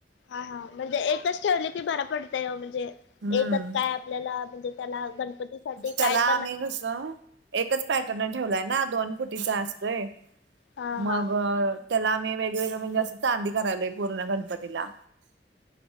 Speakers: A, on the left; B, on the right.
A: हा, हा म्हणजे एकच, ठेवली की बरा पडतय, म्हणजे
B: हम्म
A: एकच काय, आपल्याला म्हणजे त्याला गणपतीसाठी,
B: त्याला
A: काय पण
B: आम्ही कसं, एकच पॅटर्न ठेवलाय ना, दोन फुटीचा असतोय,
A: हा
B: मग
A: हा
B: त्याला आम्ही वेगवेगळं, म्हणजे असं चांदी करायलोय पूर्ण गणपतीला,